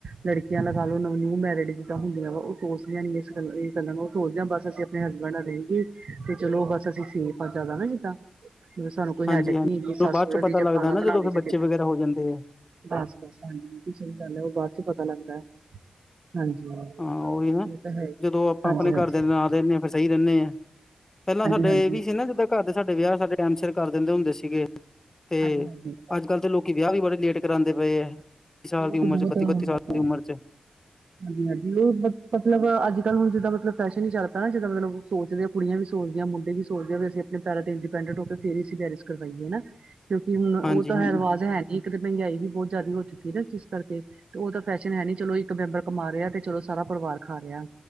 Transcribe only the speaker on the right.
ਲੜਕੀਆਂ ਲਗਾ ਲੋ ਨਿਊ ਮੈਰਿਡ ਜਿੱਦਾਂ ਹੁੰਦੀਆਂ ਵਾ, ਉਹ ਸੋਚਦੀਆਂ ਨੀ ਏਸ ਗੱਲ ਗੱਲਾਂ ਨੂੰ ਉਹ ਸੋਚਦੇ ਬਸ ਅਸੀ ਹਸਬੈਂਡ ਨਾਲ ਰਹੀਏ, ਚਲੋ ਬਸ ਅਸੀਂ ਸੇਫ ਜ਼ਿਆਦਾ ਨਾ ਜਿੱਦਾਂ ਸਾਨੂੰ ਕੋਈ
ਹੈਡਿੰਗ
ਨੀ
ਇੰਨੀ ਸੱਸ
ਸਹੁਰੇ
ਦੀ ਜਾਂ
ਖਾਣਾ
ਬਣਾਣਦੀ
ਸੀ
ਕਿ
ਬਸ-ਬਸ ਹਾਂਜੀ ਏਹ ਵੀ ਸਹੀ ਗੱਲ ਐ, ਉਹ ਬਾਅਦ ਚ ਪਤਾ ਲੱਗਦਾ। ਹਾਂਜੀ।
ਇਹ ਤਾਂ ਹੈ ਹੀ
ਹਾਂਜੀ
ਹਾਂਜੀ
ਹਾਂਜੀ ਹਾਂਜੀ
ਹਾਂਜੀ
ਹਾਂਜੀ
ਬਹੁਤ
ਬਹੁਤ
ਹਾਂਜੀ-ਹਾਂਜੀ, ਉਹ ਮਤਲਬ ਅੱਜਕੱਲ੍ਹ ਹੁਣ ਜਿੱਦਾਂ ਮਤਲਬ ਫੈਸ਼ਨ ਹੀ ਚਲ ਪਿਆ ਨਾ ਜਿੱਦਾਂ ਮਤਲਬ ਸੋਚਦੇ ਕੁੜੀਆਂ ਵੀ ਸੋਚਦੀਆਂ ਮੁੰਡੇ ਵੀ ਸੋਚਦੇ ਆ ਵੀ, ਅਸੀਂ ਆਪਣੇ ਪੈਰਾਂ ਤੇ ਇੰਡੀਪੈਂਡਟ ਹੋ ਕੇ ਫੇਰ ਅਸੀਂ ਮੈਰਿਜ ਕਰਵਾਈਏ ਨਾ। ਕਿਉਂਕਿ ਹੁਣ ਉਹ
ਤਾਂ
ਹੈ ਰਿਵਾਜ਼ ਹੈ ਨੀ ਕਿਤੇ ਮਹਿੰਗਾਈ ਵੀ ਬਹੁਤ ਜ਼ਿਆਦਾ ਹੋ ਚੁੱਕੀ ਹੈ। ਜਿਸ ਕਰਕੇ ਤੇ ਉਹ ਤਾਂ ਫੈਸ਼ਨ ਹੈ ਨੀ ਚਲੋ ਇੱਕ ਮੈਂਬਰ ਕਮਾ ਰਿਹਾ, ਤੇ ਚਲੋ ਸਾਰਾ ਪਰਿਵਾਰ ਖਾ ਰਿਹਾ।